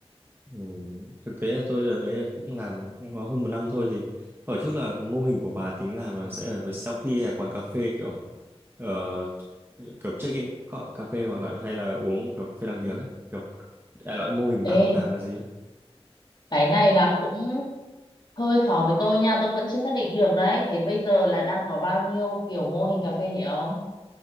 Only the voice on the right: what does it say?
Ừ. Thực tế là tôi là đấy là cũng làm cũng có hơn một năm thôi thì hỏi chút là mô hình của bà tính làm là sẽ là về sau khi hay là quán cà phê kiểu ờ, kiểu check in cọ- cà phê hoặc là hay là uống kiểu cà phê làm việc ấy kiểu đại loại mô hình bà
muốn làm là gì á